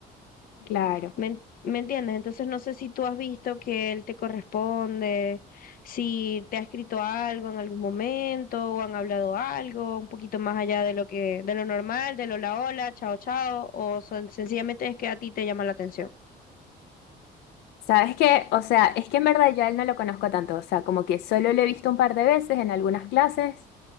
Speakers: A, on the left; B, on the left.
A: Claro.
B: ¿Me, en- me entiendes? Entonces no sé si tú has visto que él te corresponde, si te ha escrito algo en algún momento o han hablado algo un poquito más allá de lo que, de lo normal, de lo hola hola, chao chao, o son, sencillamente es que a ti te llama la atención.
A: ¿Sabes qué? O sea, es que en verdad yo a él no lo conozco tanto, o sea, como que solo lo he visto un par de veces en algunas clases